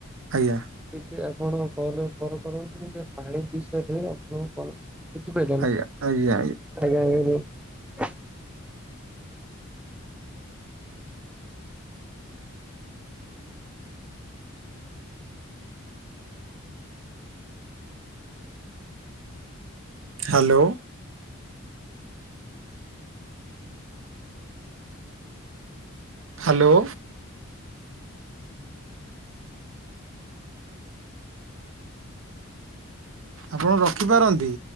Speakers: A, on the right; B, in the centre.
A: ଆଜ୍ଞା
B: ଟିକେ ଆପଣ କଣ କରନ ଗୋେ ପାଣି ବିଷୟରେ ଆପଣ କଣ କିଛିପିଲ
A: ଆଜ୍ଞା
B: ନା
A: ଆଜ୍ଞା
B: ଆଜ୍ଞା ଆଜ୍ଞ
A: ହ୍ୟାଲୋ ହ୍ୟାଲୋ ଆପଣ ରଖିପାରନ୍ତି